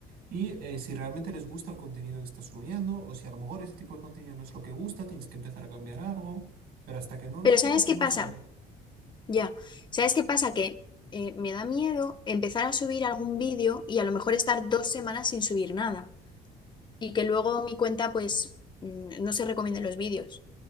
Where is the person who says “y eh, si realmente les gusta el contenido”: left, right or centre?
Right